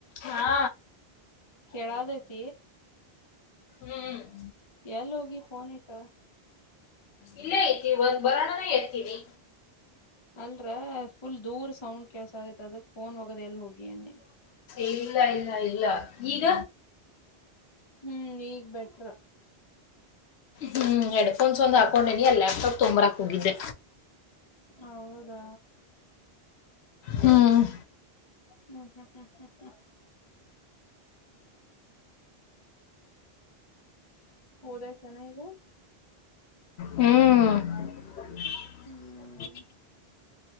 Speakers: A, on the left; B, on the left.
A: ಹಾ
B: ಕೆ ದತ
A: ಹ್ಮ್
B: ಎಲ್ಲಿ ಹೋಗಿ ಫೋನ್ ಇಟ
A: ಇಲ್ಲೇ ಐತಿ ಒಂದ್ ಬರರಣನೇ ಎತೀನಿ
B: ಅಲ್ರ ಫುಲ್ ದೂರ್ ಸೌಂಡ್ ಕೆಲ್ಸ ಆದೈತ್ ಅದಕ್ ಫೋನ್ ಹೋಗದ ಎಲ್ ಹೋಗಿ ಅನ್ನಿ
A: ಇಲ್ಲ ಇಲ್ಲ ಇಲ್ಲ ಈಗ
B: ಹ್ಮ್ ಈಗ್ ಬೆಟ್ರ
A: ಹ್ಮ್ ಹೆಡ್ಫೋನ್ಸ್ ಒಂದ್ ಹಾಕೊಂಡೇನಿ ಅಲ್ಲಿ ಲ್ಯಾಪ್ಟಾಪ್ ತೊಂಬ್ರಾಕ್ ಹೋಗಿದ್ದೆ
B: ಹೌದಾ
A: ಹ್ಮ್
B: ಹ್ಮ್ ಹ್ಮ್ ಹ್ಮ್ ಹ್ಮ ಹ್ಮ ಹೋದಾಯತನ ಈಗ
A: ಹ್ಮ್ <inaudible>
B: ಹ್ಮ್